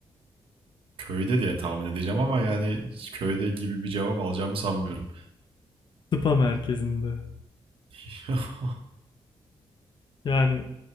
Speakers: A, on the right; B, on the left.
A: Köyde diye tahmin edeceğim ama yani köyde gibi bir cevap alacağımı sanmıyorum.
B: Spa merkezinde.
A: <laughs>
B: Yani